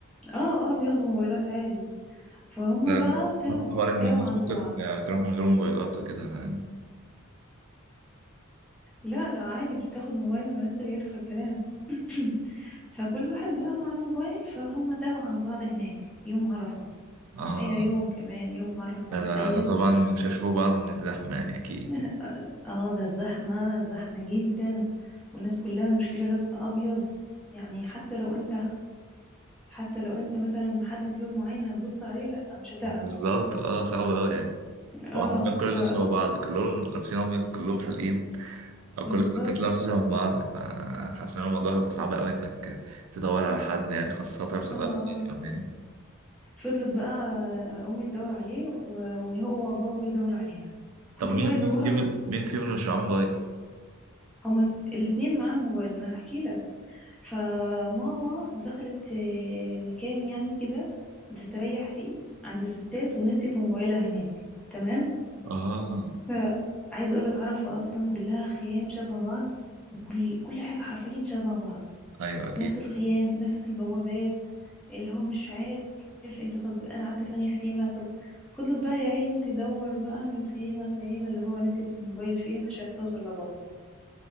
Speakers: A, in the centre; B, on the right (about 80°).
A: اه اه بياخدوا موبايلات عادي فهم
B: ده
A: بقى تاهوا
B: حوار إن
A: تاهوا
B: الناس
A: عن
B: ممكن
A: بعض
B: تروح من غير موبايلات وكده
A: لا لا عادي بتاخد موبايل انا لسه جايلك في الكلام <clears throat> فكل واحد بقى معاه موبايل فهم تاهوا عن بعض هناك يوم عرفة
B: آه
A: مش اي يوم كمان يوم عرفة
B: ده,
A: تخيل
B: ده, ده طبعا مش هيشوفوا بعض من الزحمة يعني أكيد
A: <laughs> اه ده الزحمة الزحمة جدا والناس كلها المشكلة لابسة ابيض يعني حتى لو انت حتى لو انت مثلا محدد لون معين هتبص عليه لا
B: <laughs>
A: مش هتعرف
B: بالظبط اه صعب أوي يعني
A: اه
B: هو حرفيا كل
A: ف
B: الناس شبه بعض كلهم لابسين أبيض كلهم حالقين أو
A: بالظبط
B: كل الستات لابسة شبه بعض فحاسس إن الموضوع هيبقى صعب أوي إنك تدور على حد يعني خاصة في
A: اه
B: الوقت
A: اه
B: يعني فاهماني؟
A: فضلت بقى امي تدور عليه و- وهو بابا يدور عليها
B: طب
A: فضلوا
B: مين
A: بقى
B: مين
A: يدوروا
B: فيهم مين فيهم اللي مش معاه موبايل؟
A: هما الاتنين معاهم موبايل ما انا هحكي لك فماما دخلت آه، مكان يعني كده تستريح فيه عند الستات ونسيت موبايلها هناك تمام
B: اه
A: فعايز اقول لك عرفة اصلا كلها خيام شبه بعض وكل كل حاجة حرفيا شبه بعض
B: أيوه أكيد
A: نفس الخيام نفس البوابات اللي هو مش عارف انت طب انا قعدت في انهي خيمة طب فضلت بقى يا عين تدور بقى من خيمة لخيمة اللي هو نسيت الموبايل فين عشان توصل لبابا